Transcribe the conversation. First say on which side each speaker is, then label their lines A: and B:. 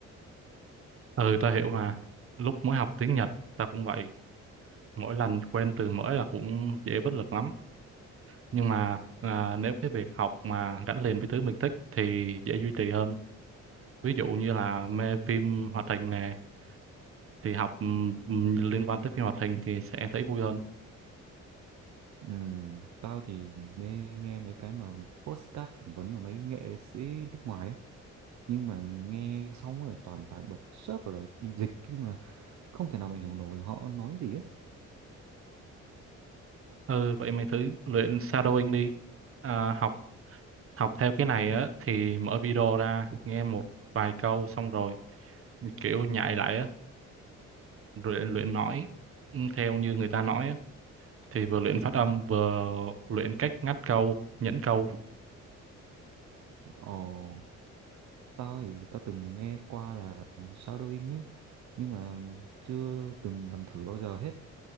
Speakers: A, on the right; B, on the right.
A: Ừ, tao hiểu mà. Lúc mới học tiếng Nhật, tao cũng vậy. Mỗi lần quen từ mới là cũng dễ bất lực lắm. Nhưng mà à, nếu cái việc học mà gắn liền với thứ mình thích thì dễ duy trì hơn. Ví dụ như là mê phim hoạt hình nè, thì học ừm, ừm, liên quan tới phim hoạt hình thì sẽ thấy vui hơn
B: Ừ, tao thì mê nghe mấy cái mà podcast phỏng vấn của mấy nghệ sĩ nước ngoài ấy. Nhưng mà nghe xong rồi toàn phải bật sub rồi là đi dịch chứ mà không thể nào mà hiểu nổi họ nói gì hết.
A: ừ vậy mày thử luyện shadowing đi à, học học theo cái này á thì mở video ra nghe một vài câu xong rồi kiểu nhại lại á luyện luyện nói ừm, theo như người ta nói á thì vừa luyện phát âm vừa luyện cách ngắt câu nhẫn câu
B: Ồ, tao thì tao từng nghe qua là shadowing ấy nhưng mà chưa từng làm thử bao giờ hết